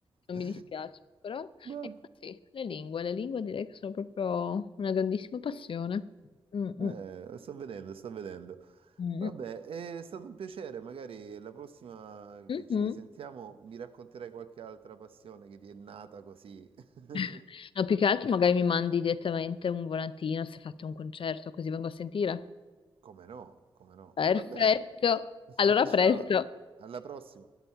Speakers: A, on the left; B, on the right.
A: non
B: <laughs>
A: mi dispiace. Però,
B: Vabbè,
A: ecco sì, le lingue, le lingue direi che sono proprio una grandissima passione. Mm,
B: eh,
A: mm,
B: sto vedendo, sto vedendo.
A: mm,
B: Vabbè, è stato un piacere. Magari la prossima
A: mm,
B: che ci
A: mm.
B: risentiamo mi racconterai qualche altra passione che ti è nata così.
A: <laughs>
B: <laughs>
A: No, più che altro magari mi mandi direttamente un volantino se fate un concerto, così vengo a sentire.
B: Come no, come no.
A: Perfetto,
B: Va bene. <laughs>
A: allora a
B: Ciao,
A: presto.
B: alla prossima.